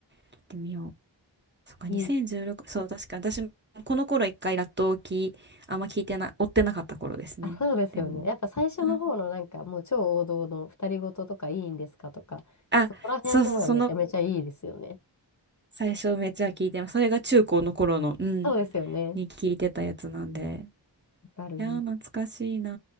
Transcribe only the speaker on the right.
聞いてみよう。そっか、
2016、そう、確かに私もこの頃一回ラットを聞い、あんま聞いてな追ってなかった頃ですね。
でも、
うんあ、
そうそう、その最初めっちゃ聞いてます。それが中高の頃の、うん、
に聞いてたやつなんで。
いやー、懐かしいな